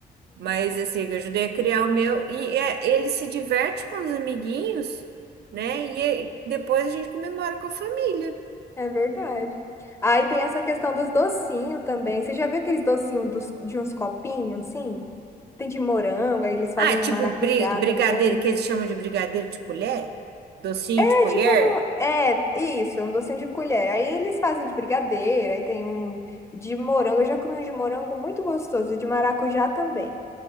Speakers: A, on the right (about 80°); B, on the left (about 15°).
A: Mas assim, eu ajudei a criar o meu e é, ele se diverte com os amiguinhos, né? E aí, depois a gente comemora com a família.
B: É verdade. Aí tem essa questão dos docinhos também. Você já viu aqueles docinhos dos, de uns copinhos, assim? Tem de morango, aí eles fazem
A: Ah, tipo
B: de maracujá
A: bri- brigadeiro,
B: também.
A: que eles chamam de brigadeiro de colher, docinho
B: É
A: de colher.
B: tipo um. É, isso, um docinho de colher. Aí eles fazem de brigadeiro, aí tem um de morango. Eu já comi um de morango muito gostoso, e de maracujá também.